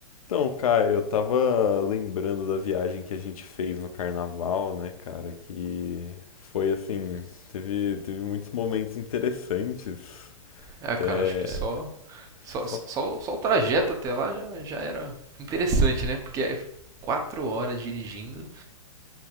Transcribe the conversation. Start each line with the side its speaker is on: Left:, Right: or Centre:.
Left: Então, cara, eu tava lembrando da viagem que a gente fez no carnaval, né, cara, que foi assim, teve, teve muitos momentos interessantes,
Right: É,
Left: até
Right: cara, acho que só só,
Left: só
Right: só, só- só o trajeto até lá já, já era interessante, né? Porque é quatro horas dirigindo